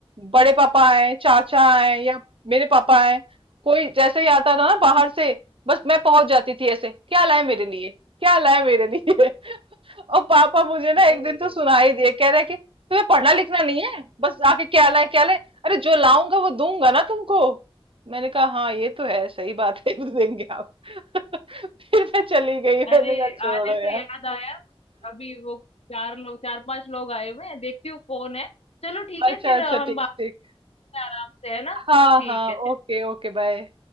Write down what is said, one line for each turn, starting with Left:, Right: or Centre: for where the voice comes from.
Right: बड़े पापा आए चाचा आए या मेरे पापा आए कोई जैसे ही आता था ना बाहर से बस मैं पहुंच जाती थी ऐसे क्या लाए मेरे लिए क्या लाए मेरे लिए और पापा मुझे ना
Left: अरे
Right: एक दिन
Left: अरे
Right: तो सुना ही दिए कह रहे कि तुम्हें पढ़ना लिखना नहीं है बस आके क्या लाए क्या लाए अरे जो लाऊंगा वो दूंगा ना तुमको मैंने कहा हाँ ये तो है सही बात है <laughs> देंगे आप <laughs> फिर मैं चली गई
Left: अरे
Right: मैंने कहा छोड़ो
Left: आने से
Right: यार
Left: याद आया अभी वो चार लोग चार पांच लोग आए हुए हैं देखती हूँ कौन है चलो ठीक
Right: अच्छा
Left: है फिर
Right: अच्छा
Left: अ, हम
Right: ठीक
Left: बात
Right: ठीक
Left: में आराम से है ना
Right: हाँ
Left: ठीक
Right: हाँ
Left: है
Right: ओके ओके बाय